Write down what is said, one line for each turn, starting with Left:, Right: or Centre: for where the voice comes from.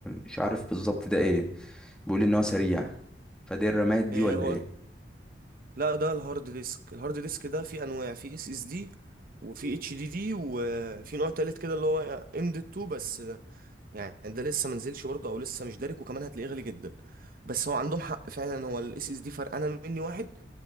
Centre: مش عارف بالظبط ده ايه بيقول لي ان هو سريع فدي الرامات دي
Right: إيه
Centre: ولا
Right: هو
Centre: ايه
Right: لا ده الهارد ديسك الهارد ديسك ده في انواع في اس اس دي وفي اتش دي دي وفي نوع تالت كده اللي هو ام دي 2 بس ده يعني ده لسه منزلش برضه او لسه مش دارك وكمان هتلاقيه غالي جدا بس هو عندهم حق فعلا هو الاس اس دي فرقانه مني واحد